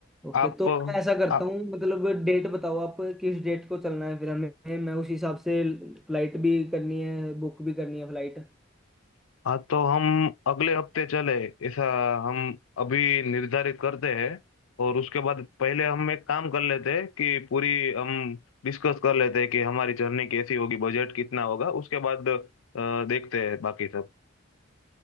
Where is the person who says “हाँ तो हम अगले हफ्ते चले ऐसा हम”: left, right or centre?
Left